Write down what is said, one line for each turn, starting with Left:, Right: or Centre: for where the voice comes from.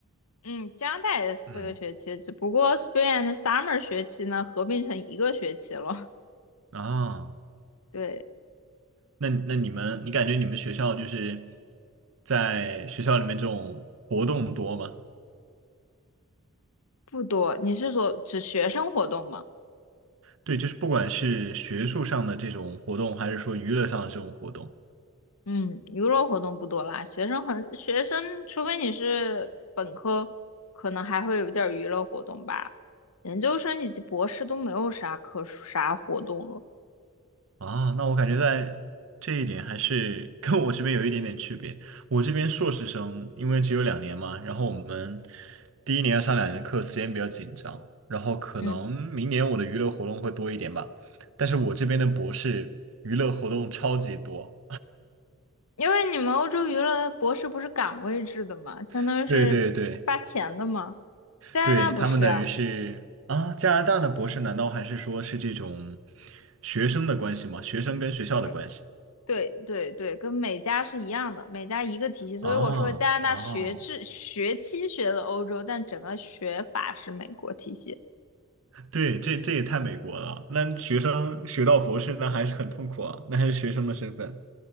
Left: 嗯，加拿大也是四个学期，
Right: 嗯，
Left: 只不过 spring and summer 学期呢合并成一个学期了，
Right: 啊，
Left: <laughs> 对，
Right: 那那你们，你感觉你们学校就是在学校里面这种活动多吗？
Left: 不多。你是说指学生活动吗？
Right: 对，就是不管是学术上的这种活动，还是说娱乐上的这种活动。
Left: 嗯，娱乐活动不多啦。学生很，学生，除非你是本科，可能还会有点儿娱乐活动吧。研究生以及博士都没有啥可啥活动了。
Right: 啊，那我感觉在这一点还是 <laughs> 跟我这边有一点点区别。我这边硕士生因为只有两年嘛，然后我们第一年要上两年的课，时间比较紧张，然后可能明年我的娱乐活动会多一点吧。
Left: 嗯，
Right: 但是我这边的博士娱乐活动超级多，
Left: 因为你们欧洲娱乐博士不是岗位制的嘛，相当于是发钱的嘛。
Right: <laughs> 对对对
Left: 加拿大不是啊，
Right: 对，他们等于是啊，加拿大的博士难道还是说是这种学生的关系吗？学生跟学校的关系？
Left: 对，对对对，跟美加是一样的，美加一个体系。所以我说加拿大学制学期学的欧洲，
Right: 啊啊，哦
Left: 但整个学法是美国体系。
Right: 对，这这也太美国了。那学生学到博士，那还是很痛苦啊，那还是学生的身份